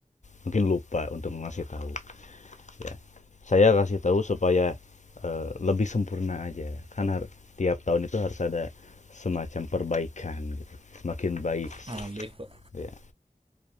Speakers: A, on the left; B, on the right.
A: Mungkin lupa untuk ngasih tahu. ya saya kasih tahu supaya eh, lebih sempurna aja kan har- tiap tahun itu harus ada semacam perbaikan gitu. semakin baik
B: Ah, baik Pak.
A: ya